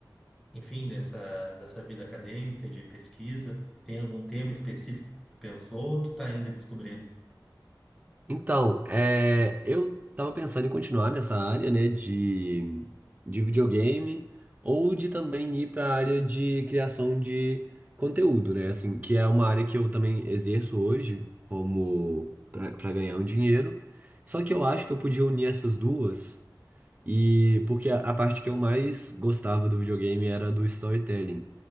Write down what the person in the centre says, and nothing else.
enfim, nessa nessa vida acadêmica de pesquisa? Tem algum tema específico que tu pensou ou tu tá ainda descobrindo?